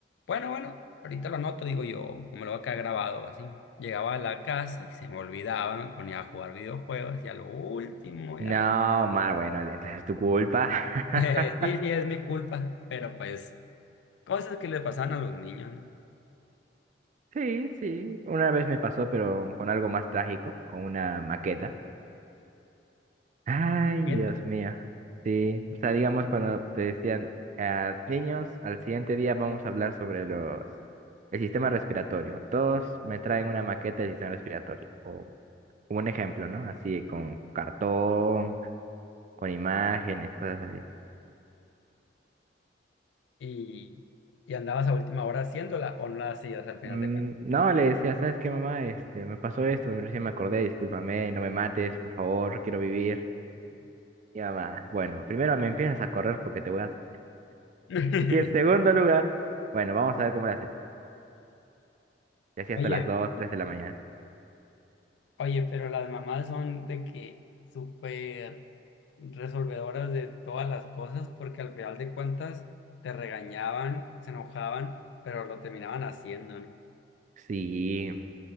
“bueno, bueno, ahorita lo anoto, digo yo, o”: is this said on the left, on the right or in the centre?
Left